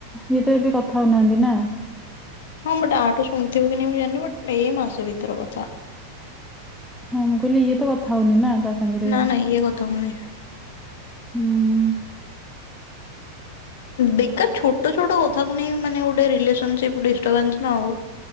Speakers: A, in the centre; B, on the left (about 55°).
A: ଇଏ ତ ଏବେ କଥା ହଉନାହାନ୍ତି ନା?
B: ହଁ ବଟ୍ ଆଠୁ ଶୁଣଥିବ କି ନାହିଁ ମୁଁ ଜାଣିନି ବଟ୍ ଏଇ ମାସ ଭିତରେ କଥା।
A: ହଁ, ମୁଁ କହିଲି ଇଏ ତ କଥା ହଉନି ନା? ତା ସାଙ୍ଗରେ।
B: ନାଁ ନାଁ, ଇଏ କଥା ହଉନି।
A: ହୁଁ
B: ବେକାର ଛୋଟ ଛୋଟ କଥାକୁ ନେଇ ମାନେ ଗୋଟେ ରିଲେସନସିପ ଦିଷ୍ଟବାନ୍ସ ନ ହଉ